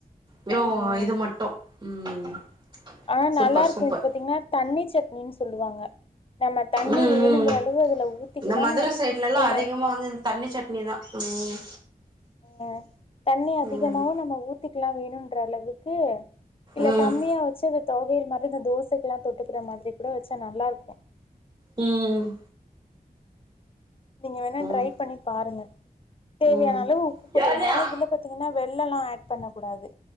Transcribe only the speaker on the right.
வெறு
இது மட்டு ம்
சூப்பர்
சூப்பர்
ம்
ம்
இந்த மதுர சைட்லல்லா
அதிகமா வந்து இந்த தண்ணி சட்னி தா ம்
ம்
ம்
ம்
ம்
ம்
யாரு